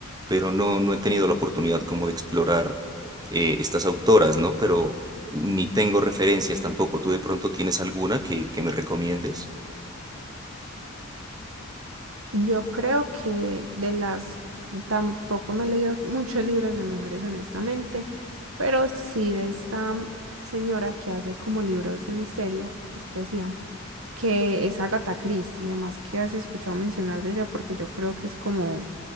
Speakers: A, on the right (about 20°); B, on the right (about 80°).
A: pero no, no he tenido la oportunidad como de explorar eh, estas autoras, ¿no? Pero ni tengo referencias tampoco. ¿Tú de pronto tienes alguna que, que me recomiendes?
B: Yo creo que de las, tampoco me he leído muchos libros de mujeres, honestamente, pero sí de esta mm, señora que hace como libros de misterio, pues que hacía, que es Agatha Christie y demás, que has escuchado mencionar de ella, porque yo creo que es como